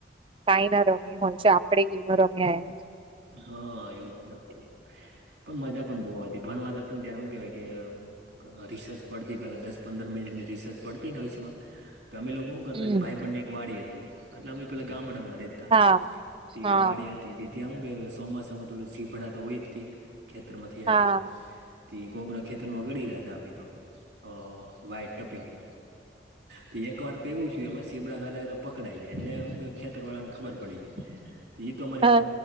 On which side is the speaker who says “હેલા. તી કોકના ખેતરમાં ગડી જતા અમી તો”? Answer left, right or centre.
Right